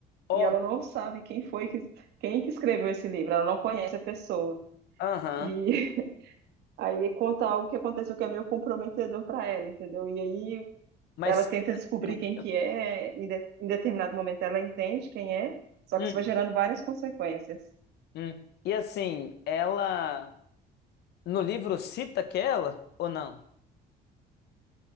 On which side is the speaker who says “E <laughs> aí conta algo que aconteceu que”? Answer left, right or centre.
Right